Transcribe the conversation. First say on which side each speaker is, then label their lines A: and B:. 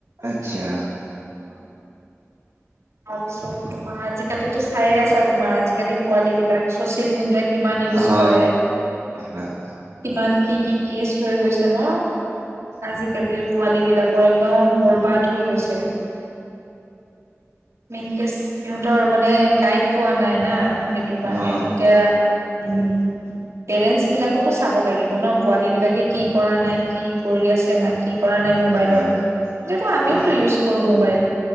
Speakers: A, on the right; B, on the right.
A: আচ্ছা।
B: <unintelligible> তাৰপিছত তোমাৰ আজিকালিতো চাই আছা তোমাৰ আজিকালি পোৱালী বিলাক চচিয়েল মিডিয়াত কিমান ইউজ
A: হা
B: কৰে।
A: হয়
B: কিমান কি কি কেচ হৈ গৈছে ন। আজিকালি পোৱালী বিলাকৰ একদম বৰবাদ হৈ গৈছে। মেইন কেছ সিহঁতৰ মানে গাইড পোৱা নাই না সেইটো কাৰণে
A: হা
B: এতিয়া উম। পেৰেন্টছ বিলাকতো চাব লাগিব ন পোৱালী বিলাকে কি কৰা নাই কি কৰি আছে না কি কৰা নাই মোবাইলত,
A: হয়
B: যিহেতু আমিওটো
A: অ
B: ইউজ কৰো মোবাইল।